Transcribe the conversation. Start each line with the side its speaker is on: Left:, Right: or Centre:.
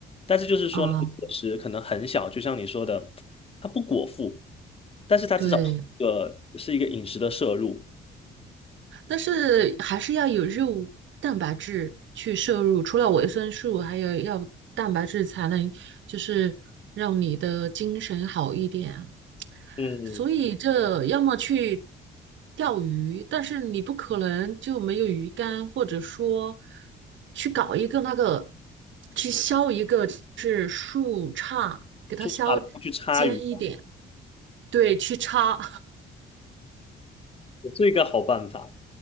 Left: 但是就是说那个果实可能很小，
Right: 啊，
Left: 就像你说的，它不果腹，但是它至少是一个是一个饮食的摄入。
Right: 对，但是还是要有肉蛋白质去摄入，除了维生素，还有要蛋白质才能就是让你的精神好一点啊。
Left: 嗯，
Right: 所以这要么去钓鱼，但是你不可能就没有鱼竿，或者说去搞一个那个，去削一个就是树杈，给它削
Left: 做大了不去插鱼，
Right: 尖一点，对，去叉，
Left: 也是一个好办法，